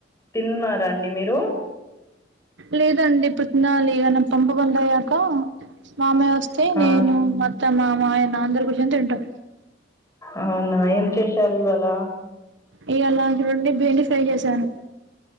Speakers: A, on the left (about 15°); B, on the right (about 70°).
A: తిన్నారా అండి మీరు
B: లేదండి ఇప్పుడు తినాలి ఇగ నా పంపు బంద్ అయ్యాక మామయ్య వ స్తే
A: ఆ
B: నేను మా అత్తమ్మ మా ఆయన అందరూ కూర్చుని తింటాం
A: అవునా ఏం చేశారు ఇవ్వాళా
B: ఇయ్యాల రెండి బెండి ఫ్రై చేశాను